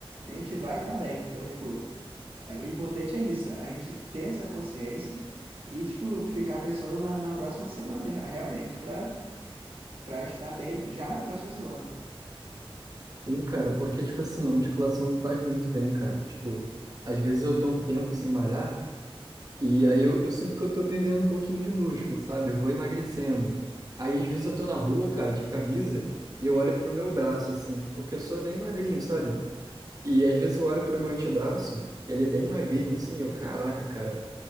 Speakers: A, on the right; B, on the right.
A: a gente vai estar bem. Então, tipo, é- o importante é isso, a gente ter essa consciência e, tipo, ficar pensando na, na próxima semana já, realmente, pra, pra estar bem já na próxima semana.
B: Sim, cara, porque, tipo assim, a musculação me faz muito bem, cara. Tipo, às vezes eu tô um tempo sem malhar. E aí eu, eu sinto que eu tô perdendo um pouquinho de músculo, sabe? Eu vou emagrecendo. Aí às vezes eu tô na rua, cara, de camisa, e eu olho pro meu braço, assim, porque eu sou bem magrinho, sabe? E às vezes eu olho pro meu antebraço, ele é bem magrinho, assim, eu, caraca, cara,